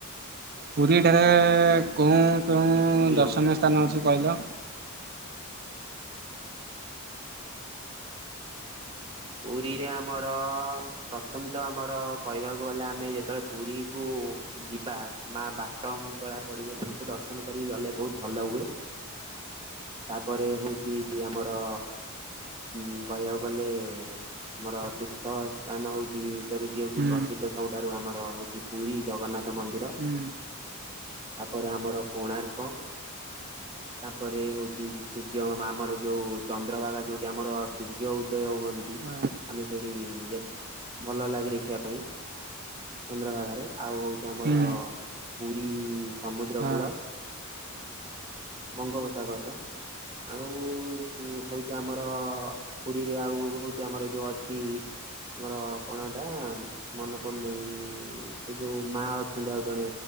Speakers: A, on the right; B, on the right.
A: ପୁରୀ ଠାରେ କଉଁ। କେଉଁ
B: ହ୍ୟାଲୋ
A: ଦର୍ଶନୀୟ ସ୍ଥାନ ଅଛି କହିଲ।
B: ପୁରୀରେ ଆମର ପ୍ରଥମେ ତ ଆମର କହିବାକୁ ଗଲେ ଆମେ ଯେତେବେଳେ ପୁରୀକୁ। କୁ ଯିବା ମା ବାଟମଙ୍ଗଳା। ପଡ଼ିବେ ତାଙ୍କୁ ଦର୍ଶନ କରିକି ଗଲେ ବହୁତ ଭଲ ହୁଏ। ତାପରେ ହଉଛି ଆମର ଉଁ କହିବାକୁ ଗଲେ। ଏ ଆମର ତୀର୍ଥ ସ୍ଥାନ ହଉଛି ଭିତରୁ ଯିଆକୁ
A: ହୁଁ
B: ପ୍ରସିଦ୍ଧ ସବୁଠାରୁ ଆମର ହଉଛି ପୁରୀ ଜଗନ୍ନାଥ ମନ୍ଦିର।
A: ହୁଁ।
B: ତାପରେ ଆମର କୋଣାର୍କ। ତା ପରେ ହେଉଛି ସୂର୍ଯ୍ୟ ଆମର ଯେଉଁ ଚନ୍ଦ୍ରଭାଗା ଯେଉଁଠି ଆମର ସୂର୍ଯ୍ୟ ଉଦୟ ହୁଅନ୍ତି।
A: ହଁ
B: ଆମେ ସେଇଠି ଦେ ଭଲ ଲାଗେ ଦେଖିବା ପାଇଁ। ଚନ୍ଦ୍ରଭାଗାରେ ଆଉ ହଉଛି ଆମର
A: ହୁଁ
B: ପୁରୀ ସମୁଦ୍ରକୂଳ
A: ହଁ
B: ବଙ୍ଗୋପସାଗରର। ଆଉ ହଉଛି ଆମର ପୁରୀରେ ଆଉ ହଉଛି ଆମର ଯୋଉ ଅଛି ଆମର କଣ ଏଟା ମନ ପର୍ନେଇ ସେ ଯୋଉ ମା ଅଛନ୍ତି ଆଉ ଜଣେ